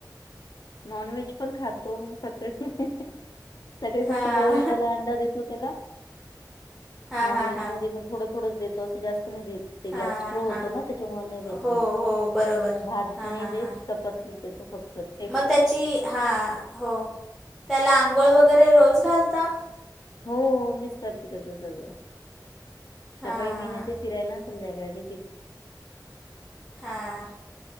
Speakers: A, on the left; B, in the centre.
A: नॉन व्हेज पण खातो... मग सकाळी... हीही. सकाळी
B: हां
A: फक्त बॉईलवाला अंडा देतो त्याला
B: हां
A: नॉन
B: हां
A: व्हेज
B: हां
A: मध्ये मग... थोडं थोडंच देतो... असं जास्त नाही देत. ते
B: हां
A: गॅस्ट्रो होतो
B: हां
A: ना... त्याच्यामुळे नाही देत
B: हो
A: मग...
B: हो बरोबर
A: भात
B: हां
A: नाही
B: हां
A: देत...
B: हां
A: चपाती <unintelligible>
B: मग त्याची... हा... हो.... त्याला आंघोळ वगैरे रोज घालता?
A: हो... मीच करते त्याचं सगळं.
B: हां
A: सकाळी मी नेते फिरायला... संध्याकाळचे ते.
B: हां....